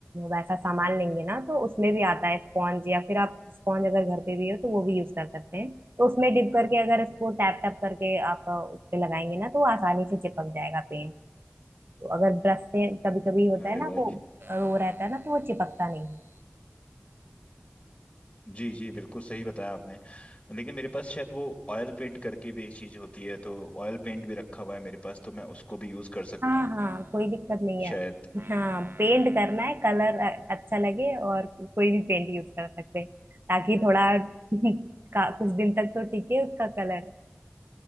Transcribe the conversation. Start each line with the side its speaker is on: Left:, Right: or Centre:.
Right: वैसा सामान लेंगे ना तो उसमें भी आता है स्पॉन्ज या फिर आप स्पॉन्ज अगर घर पे भी हो तो वो भी यूज कर सकते हैं तो उसमें डिप करके अगर इसको टैप टैप करके आप अ, उस पे लगाएंगे ना तो वो आसानी से चिपक जाएगा पेंट तो अगर ब्रश से कभी कभी होता
Left: अरे
Right: है ना
Left: वाह
Right: वो अ, वो रहता है ना तो वो चिपकता नहीं है
Left: जी जी बिल्कुल सही बताया आपने लेकिन मेरे पास शायद वो ऑयल पेंट करके भी एक चीज होती है तो ऑयल पेंट भी रखा हुआ है मेरे पास तो मैं उसको भी यूज कर सकता
Right: हाँ
Left: हूँ
Right: हाँ कोई दिक्कत नहीं
Left: शायद
Right: है हाँ पेंट करना है कलर अच्छा लगे और कोई भी पेंट यूज कर सकते हैं ताकि थोड़ा <laughs> का कुछ दिन तक तो टिके उसका कलर